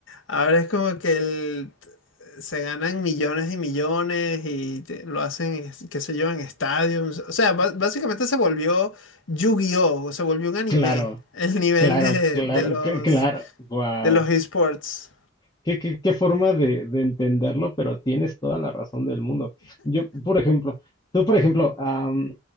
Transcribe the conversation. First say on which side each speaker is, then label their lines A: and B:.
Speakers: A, on the left (about 65°); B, on the left (about 20°).
A: ahora es como que el se ganan millones y millones y te- lo hacen, es- qué sé yo, en estadios. O sea, ba- básicamente se volvió Yu-Gi-Oh! Se volvió un anime.
B: Claro,
A: <laughs> El nivel
B: claro,
A: de,
B: claro,
A: de los,
B: cl- claro. Wow.
A: de los esports.
B: Qué, qué- qué forma de, de entenderlo, pero tienes toda la razón del mundo. Yo, por ejemplo, tú, por ejemplo, am,